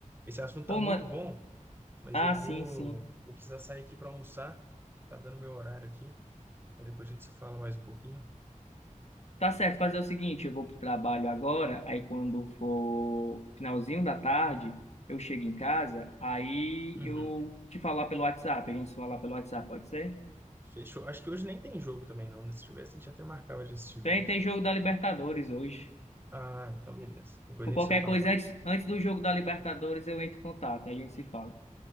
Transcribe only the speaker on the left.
Pô,
mano.
Ah,
sim, sim.
Tá certo, fazer o seguinte, eu vou pro trabalho agora, aí quando for finalzinho da tarde, eu chego em casa, aí
eu te falar pelo WhatsApp, a gente se falar pelo WhatsApp, pode ser?
Tem, tem jogo da Libertadores hoje.
Por
qualquer
coisa,
antes, antes do jogo da Libertadores, eu entro em contato, aí a gente se fala.